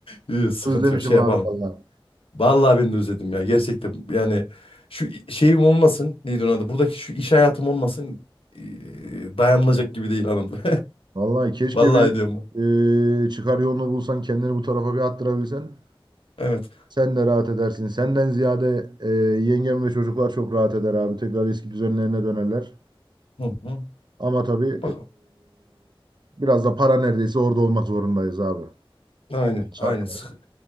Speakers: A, on the left (about 75°); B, on the right (about 50°).
A: Yok, Sıkıntı
B: Özlemişim
A: yok şey yapalım.
B: abi vallahi.
A: Vallahi ben de özledim ya gerçekten yani şu i- şeyim olmasın neydi onun adı buradaki şu iş hayatım olmasın eee, dayanılacak gibi değil hanım. <laughs>
B: Vallahi keşke
A: Vallahi
B: bir
A: diyorum.
B: e, çıkar yolunu bulsan kendini bu tarafa bir attırabilsen.
A: Evet.
B: Sen de rahat edersin. Senden ziyade e, yengem ve çocuklar çok rahat eder abi. Tekrar eski düzenlerine dönerler.
A: Hı hı.
B: Ama tabii
A: Bak
B: e, biraz da para neredeyse orada olmak zorundayız abi.
A: aynen
B: Şartlar.
A: aynen. Sıkı-